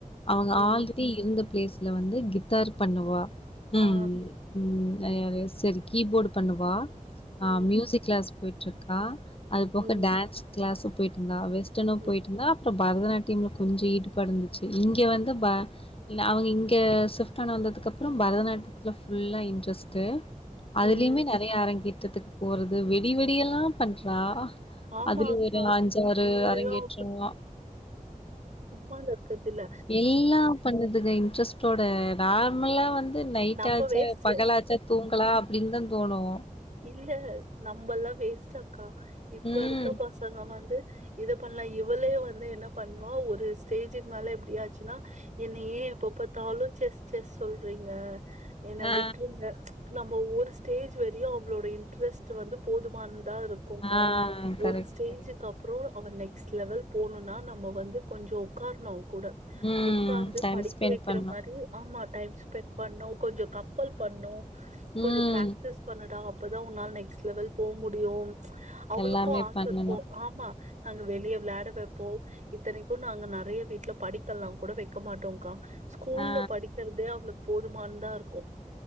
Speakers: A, on the left; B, on the right.
A: அவங்க
B: ம்.
A: ஆல்ரெடி இருந்த பிளேஸ்ல வந்து கித்தார் பண்ணுவா ம்
B: ஆ,
A: ம் நறையாவே செரி கீபோர்டு பண்ணுவா அ
B: ம்,
A: மியூசிக் கிளாஸ் போயிட்ருக்கா அது போக
B: ம்,
A: டான்ஸ் கிளாஸு போயிட்ருந்தா வெஸ்டர்னு
B: ம்,
A: போயிட்ருந்தா அப்புறோ பரதநாட்டியமு கொஞ்சோ ஈடுபடுந்துச்சு இங்க வந்து ப அவங்க இங்க வீட்டாண்ட வந்ததுக்கப்புறோ பரதநாட்டியத்துல ஃபுல்லா இன்ட்ரெஸ்ட்டு அதுலயுமே
B: ம்.
A: நறை யா அரங்கேற்றதுக்கு போறது வெடி வெடி எல்லா பண்றா
B: ஆமா
A: அதுலயு
B: அக்கா.
A: ஒரு அஞ்சாறு
B: இங்கேயும்
A: அரங்கேற்றோ
B: மானுக்குறதுல்ல
A: எல்லா பண்ணுதுங்க இன்ட்ரெஸ் டோட நார்மலா வந்து நைட்டாச்சா
B: நம்ம வேஸ்ட்.
A: பகலாச்சா தூங்கலா அப்டீன்னுதா தோணோ
B: இல்ல நம்மல்லாம் வேஸ்ட்டக்கா இப்ப
A: ம்.
B: இருக்க பசங்க வந்து இத பண்லா இவளே வந்து என்ன பண்வா ஒரு ஸ்டேஜ்க்கு மேல இப்டியாச்சுனா என்ன ஏ எப்பப்த்தாலு செஸ் செஸ் சொல்றீங்க என்ன
A: ஆ.
B: விட்டுருங்க நம்ம ஒரு ஸ்டேஜ் வரையு அவளோட இன்ட்ரெஸ்ட் வந்து போதுமானதா இரு க்குகா
A: ஆ கரெக்ட்,
B: ஒரு ஸ்டேஜ்க்கு
A: கரெக்ட்.
B: அப் றம் அவன் நெக்ஸ்ட் லெவல் போணுனா நம்ம வந்து கொஞ்ச உக்காரணு அவன் கூட
A: ம்.
B: உக்காந்து
A: டைம்
B: படிக்க
A: ஸ்பெண்ட்
B: வெக்கிற
A: பண்ணணும்.
B: மாறி ஆமா டைம் ஸ்பெண்ட் பண்ணு கொஞ்ச கம்பல் பண்ணு கொஞ்ச
A: ம்.
B: ப்ராக்டிஸ் பண்ணுடா அப்பதா உன்னால நெக்ஸ்ட் லெவல் போமுடியு அவளுக்கு
A: எல்லாமே
B: ஆச
A: பண்ணணும்.
B: இருக்கு ஆம்மா அங்க வெளியே விளாட வெப்போ இத்தனைக்கு நாங்க நெறைய வீட்ல படிக்கல்லா கூட வெக்க மாட்டோங்க்கா ஸ்கூல்ல
A: ஆ.
B: படிக்கிறதே அவளுக்கு போதுமானதா இருக்கு